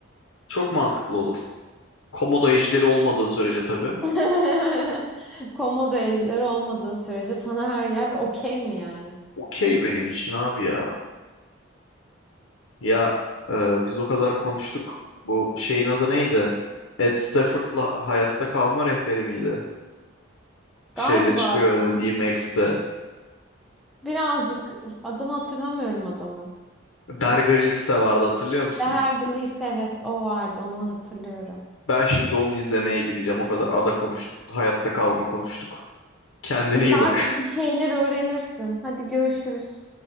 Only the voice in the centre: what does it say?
<laughs> Komodo ejderi olmadığı sürece sana her yer okey mi yani?
Galiba
ya.
Birazcık adını hatırlamıyorum adamın.
Hergleist evet o vardı onu hatırlıyorum.
Bir
belki
bir şeyler öğrenirsin. Hadi görüşürüz.